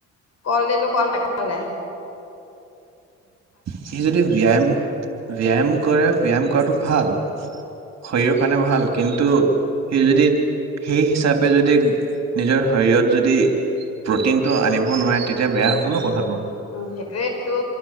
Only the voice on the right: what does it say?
সি যদি ব্যায়াম ব্যায়াম কৰে ব্যায়াম কৰাটো ভাল শৰীৰৰ কাৰণে ভাল কিন্তু সেই যদি সেই হিচাপে যদি নিজৰ শৰীৰত যদি প্ৰটিনটো আনিব নোৱাৰে তেতিয়া বেয়া হ'ব ন কথাটো।